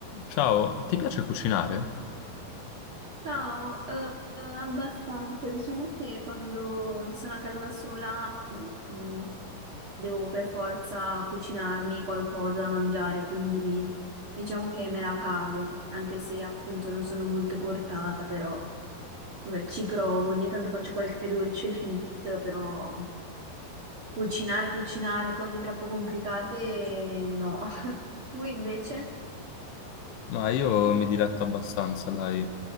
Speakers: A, on the left; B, on the right.
A: Ciao, ti piace cucinare?
B: Ciao, eh, abbastanza. Diciamo che quando sono a casa da sola, mm, devo per forza cucinarmi qualcosa da mangiare, quindi diciamo che me la cavo, anche se appunto non sono molto portata, però vabbè, ci provo. Ogni tanto faccio qualche dolce fit, però cucinare, cucinare cose troppo complicate, no. <laughs> Tu invece?
A: Ma io mi diletto abbastanza, dai.